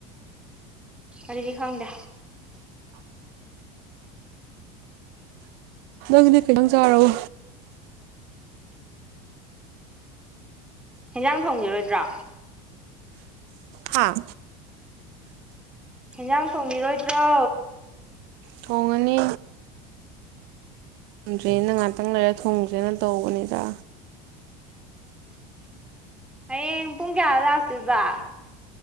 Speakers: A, in the centre; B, on the right.
A: ꯑꯗꯨꯗꯤ ꯈꯪꯗꯦ
B: ꯅꯪꯗꯤ ꯀꯩ ꯏꯟꯖꯥꯡ ꯆꯥꯔꯕ
A: ꯍꯦꯟꯖꯥꯡ ꯊꯣꯡꯒꯤꯔꯣꯏꯗ꯭ꯔꯥ
B: ꯍꯥꯥ
A: ꯍꯦꯟꯖꯥꯡ ꯊꯣꯡꯒꯤꯔꯣꯏꯗ꯭ꯔꯣ
B: ꯊꯣꯡꯉꯅꯤ ꯉꯝꯗ꯭ꯔꯦꯅ ꯉꯥꯛꯇꯪ ꯂꯩꯔ ꯊꯣꯡꯖꯦꯅ ꯇꯧꯕꯅꯤꯗ
A: ꯍꯌꯦꯡ ꯄꯨꯡ ꯀꯌꯥ ꯂꯥꯛꯇꯣꯏꯕ